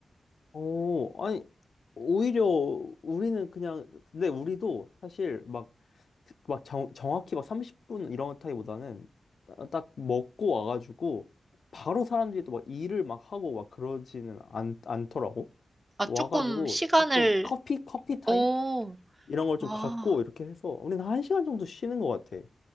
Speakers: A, on the left; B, on the right.
A: 오, 아니, 오히려 우리는 그냥, 근데 우리도 사실 막, 막 정, 정확히 막 30분 이런 타입보다는 따- 딱 먹고 와가지고 바로 사람들이 또 막 일을 막 하고 막 그러지는 않, 않더라고.
B: 아,
A: 또
B: 조금
A: 와가지고
B: 시간을,
A: 조금 커피, 커피 타임?
B: 오,
A: 이런 걸 좀
B: 아,
A: 갖고 이렇게 해서 우리는 한 시간 정도 쉬는 것 같아.